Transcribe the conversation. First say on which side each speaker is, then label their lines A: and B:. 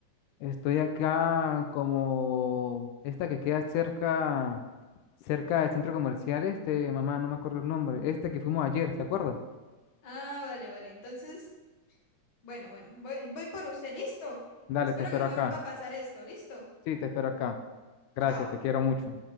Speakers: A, on the left; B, on the left.
A: Estoy acá como esta que queda cerca, cerca del centro comercial, este, mamá, no me acuerdo el nombre, este que fuimos ayer, ¿se acuerda?
B: Ah, vale, vale. Entonces, bueno, bueno. Voy, voy por usted, ¿listo?
A: Dale,
B: Espero
A: te espero
B: que no
A: acá.
B: me vuelva a pasar esto, ¿listo?
A: Sí, te espero acá. Gracias,
B: Chao.
A: te quiero mucho.